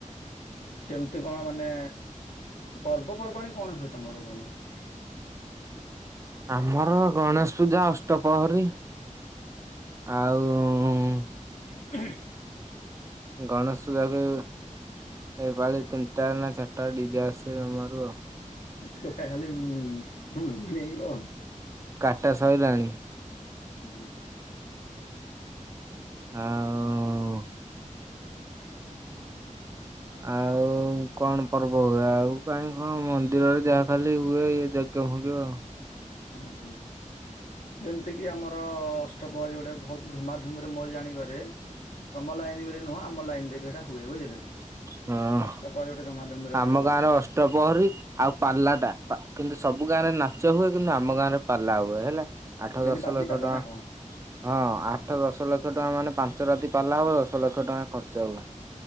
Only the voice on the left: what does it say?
କେମିତି କଣ ମାନେ ପର୍ବପର୍ବାଣୀ କଣ ହୁଏ ତମର ଭଲ ହ
ଆ
ଟୋକା ଖାଲି ଉଁ ଡେଇଁବ।
ଉହୁଁ।
ଆ
ହ ହ ଯେମିତି କିି ଆମର ଅଷ୍ଟପହରୀ ଗୋଟେ ବହୁତ ଧୁମାଧୁମ ରେ ମୋ ଜାଣିବାରେ ତମ ଲାଇନ ବେଲି ନୁହଁ ଆମ ଲାଇନ ରେ ବି ହେଟା ହୁଏ ବୁଝିଲ କି
ଅଷ୍ଟପ୍ରହରୀ ଗୋଟେ ଧୁମାଧୁମିରେ ହବ
ଯେମିତି
ବାଦି
ପାଲା
ନା କଣ?